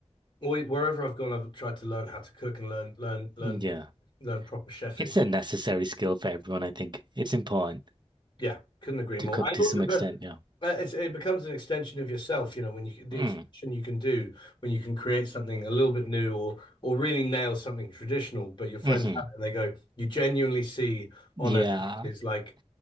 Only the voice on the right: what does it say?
Yeah.
It's a necessary skill for everyone, I think. It's important
to
cook
to
some
extent. Yeah.
Mm.
hmm
Yeah.